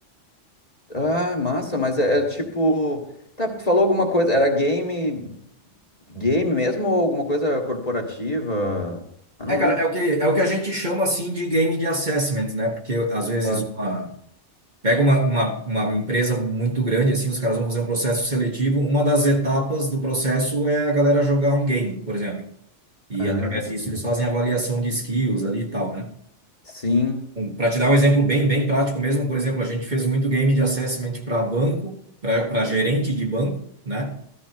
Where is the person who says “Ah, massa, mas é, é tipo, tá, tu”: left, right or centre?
Left